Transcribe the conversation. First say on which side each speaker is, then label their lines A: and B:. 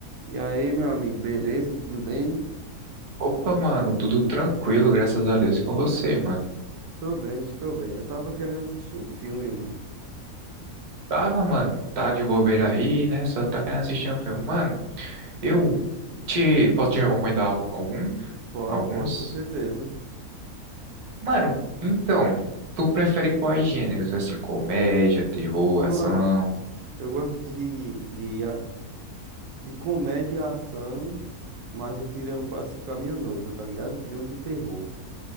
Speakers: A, on the right; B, on the right.
A: E aí, meu amigo, beleza? Tudo bem?
B: Opa, mano, tudo tranquilo, graças a Deus e com você, mano.
A: Tô bem, estou bem. Eu tava querendo assistir um filme, mano.
B: Tava, mano, tá de bobeira aí, né? Só tá querendo assistir um filme. Mano, eu te posso te recomendar al- algum?
A: Pode,
B: Alguns?
A: pode, com certeza.
B: Mano, então, tu prefere quais gêneros? Assim, comédia, terror,
A: Mano,
B: ação?
A: eu gosto de, de, a- de comédia e ação, mas eu queria um pra assistir com a minha noiva, tá ligado? Eu queria um de terror.